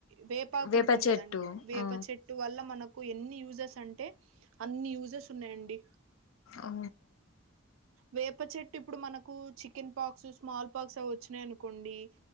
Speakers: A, on the right; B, on the left.
A: వేపాకు
B: వేప
A: ఉంటుంది
B: చెట్టు
A: కదండి వేప
B: ఆ
A: చెట్టు వల్ల మనకు ఎన్ని యూజెర్స్ అంటే అన్ని యూజర్స్ ఉన్నాయండి
B: ఓ
A: వేప చెట్టు ఇప్పుడు మనకు చికెన్ పాక్స్ స్మాల్ పాక్స్ అ వచ్చినాయను కుండి